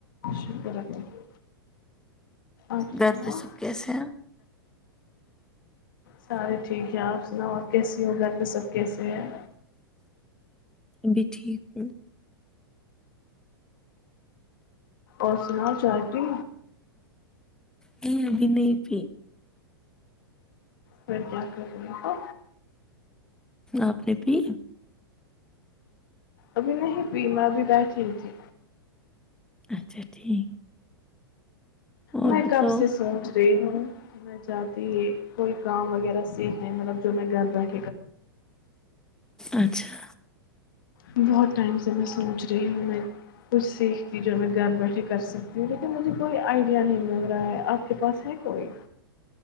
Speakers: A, on the left; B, in the centre.
A: شکر اللہ آپ
B: گھر
A: سناؤ
B: پہ سب کیسے ہیں
A: سارے ٹھیک ہے آپ سناؤ آپ کیس جی گھر پے سب کیسے ہیں
B: بھی ٹھیک <unintelligible>
A: اور سناؤ چائے پی
B: نہیں ابھی نہیں پی
A: پھر کیا کر رہی ہو
B: آپ نے پی
A: ابھی نہیں پی مے ابھی بیٹھی تھی
B: اچھا ٹھیک اور
A: میں
B: بتاؤ
A: کب سے سوچ ہوں میں چاہتی ہ کوئی کام وغیرہ سیکھنے مطلب جو میں گھربیٹھ
B: اچھا
A: بہت ٹائم سے میں سوچ ہی میں کچھ سیکھ جو میں گھر بیٹھے کر سکتی ہوں لیکن مجھے کوئی آئیڈیا نہیں مل رہا ہے آپ کے پاس ہے کوئی